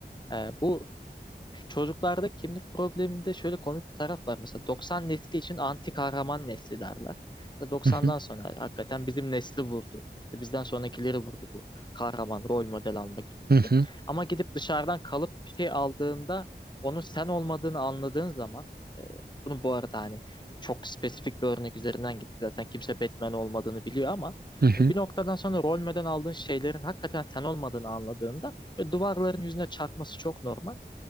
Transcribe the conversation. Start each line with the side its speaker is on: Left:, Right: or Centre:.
Left: Ee, bu çocuklarda kimlik probleminde şöyle komik bir taraf var. Mesela 90 nesli için anti kahraman nesli derler. Mesela 90'dan
Right: Hı hı
Left: sonra hakikaten bizim nesli vurdu. Ve bizden sonrakileri vurdu bu. Kahraman, rol model alma gibi
Right: hı
Left: gibi.
Right: hı
Left: Ama gidip dışarıdan kalıp bir şey aldığında onun sen olmadığını anladığın zaman e, bunu bu arada hani çok spesifik bir örnek üzerinden gittik. Zaten kimse Batman olmadığını biliyor ama
Right: hı hı
Left: hani bir noktadan sonra rol model aldığın şeylerin hakikaten sen olmadığını anladığında ve duvarların yüzüne çarpması çok normal.